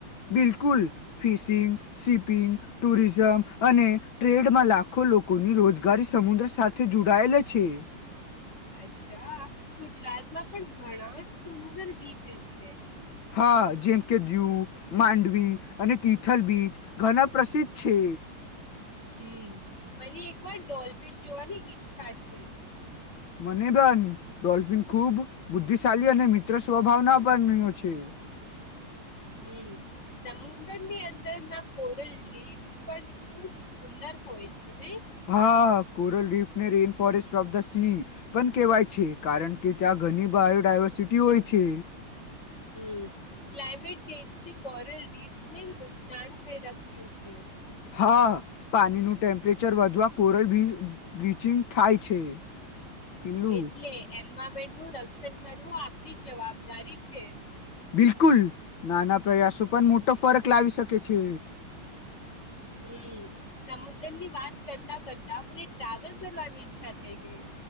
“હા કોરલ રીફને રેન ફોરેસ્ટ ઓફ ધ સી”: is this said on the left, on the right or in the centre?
Left